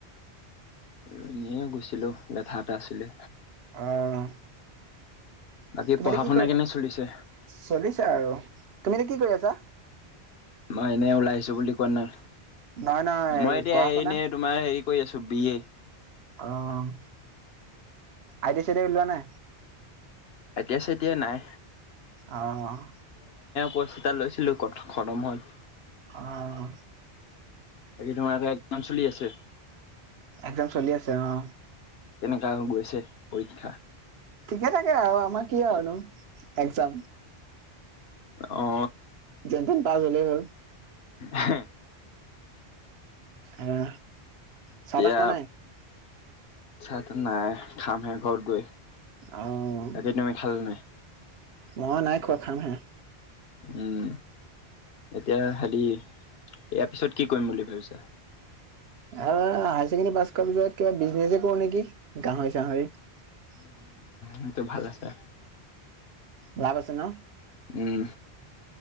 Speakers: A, on the left; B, on the right.
A: এইনিয়ে গৈছিলোঁ লেঠা এটা আছিলে।
B: অহ'
A: বাকী
B: তুমি
A: পঢ়া
B: এতিয়া কি
A: শুনা
B: কৰি
A: কেনে চলিছে
B: চলিছে আৰু তুমি এতিয়া কি কৰি আছা?
A: মই এনে ওলাই আহিছোঁ বুলি কোৱা নাই
B: নহয় নহয়
A: মই, এতিয়া
B: পঢ়া শুনা
A: এনেই তোমাৰ হেৰি কৰি আছোঁ B A.
B: Oh' I T I চাই টি আই লোৱা নাই?
A: আই টি আই চাই টি আই নাই।
B: আহ
A: কোৰ্চ। টা লৈছিলো কত খতম হ'ল বাকী
B: অ',
A: তোমাৰ এতিয়া একজাম চলি আছে
B: একজাম চলি আছে অ
A: কেনেকুৱা হৈ গৈছে পৰীক্ষা
B: ঠিকে থাকে আও আমাৰ কি আৰুনো একজাম
A: অ
B: যেন তেন পাছ হলে হ'ল
A: হে
B: অহ চাহা
A: এতিয়া
B: তাহ খোৱা নাই
A: চাহ তাহ নাই খামহে ঘৰ গৈ তাকেই
B: অ',
A: তুমি খালা নাই
B: মই নাই খোৱা খাম হে
A: উম এতিয়া হালি ইয়াৰ পিছত কি কৰিম বুলি ভাবিছা
B: আৰু হায়াৰ ছেকেণ্ডী পাছ কৰাৰ পিছত কিবা বিজনেছে কৰো নেকি গাহৰি চাহৰি
A: সেটো ভাল আছে
B: লাভ আছে ন
A: উম